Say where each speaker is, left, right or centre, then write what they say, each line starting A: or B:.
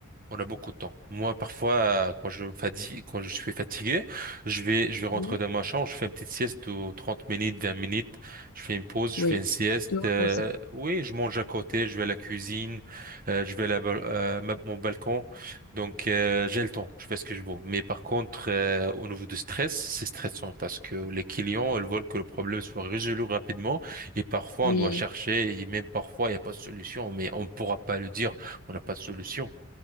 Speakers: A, on the right; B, on the left.
A: on a beaucoup de temps. Moi, parfois, euh, quand je me fatigue, quand je suis fatigué, je vais, je vais rentrer
B: Oui.
A: dans ma chambre, je fais une petite sieste de 30 minutes, 20 minutes, je fais une pause,
B: Oui.
A: je fais une sieste.
B: Tu te reposes.
A: euh, oui, je mange à côté, je vais à la cuisine, euh, je vais à la bal- euh, ma- mon balcon. Donc, euh, j'ai le temps, je fais ce que je veux. Mais par contre, euh, au niveau du stress, c'est stressant parce que les clients, ils veulent que le problème soit résolu rapidement et parfois,
B: Oui,
A: on doit chercher et même parfois, il n'y a pas de solution, mais on ne pourra pas le dire, on n'a pas de solution.